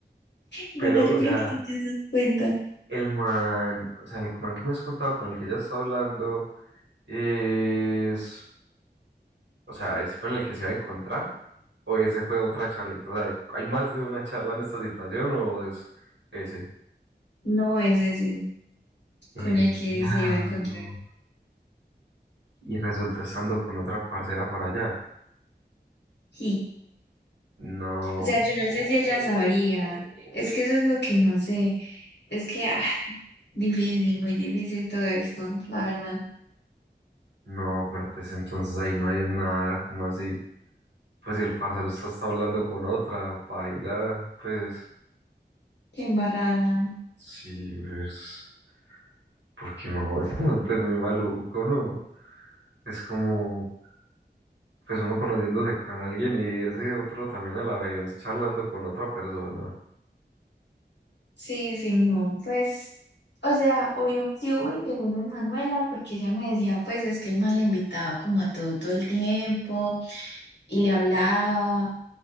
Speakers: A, on the left; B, on the right.
A: Bueno,
B: Pero,
A: yo
B: o
A: creo
B: sea,
A: que sí te das cuenta.
B: el man, o sea, el man que me has contado con el que ella está hablando es, o sea, es con el que se iba a encontrar o ese fue otra charlita. O sea, ¿hay más de una charla en esta situación o es ese?
A: No es ese sí,
B: El
A: con el que
B: diablo.
A: se iba a encontrar.
B: Y resultó estando con otra parcera por allá.
A: Sí,
B: No,
A: o sea, yo
B: no,
A: no sé si ella sabía. Es que eso es lo que no sé. Es que, ah, difícil, muy difícil todo esto, la verdad.
B: no, pero pues entonces ahí no hay nada, como así? Pues si el parcero está, está hablando con otra, paila, pues
A: Qué embarrada.
B: sí, pues, porque no, <laughs> es pues muy maluco, ¿no? Es como, pues uno conociéndose con alguien y ese otro también a la vez charlando con otra persona.
A: Sí, sí, no, pues, o sea, obviamente sí hubo interés en Manuela porque ella me decía, pues es que el man la invitaba como a todo todo el tiempo y le hablaba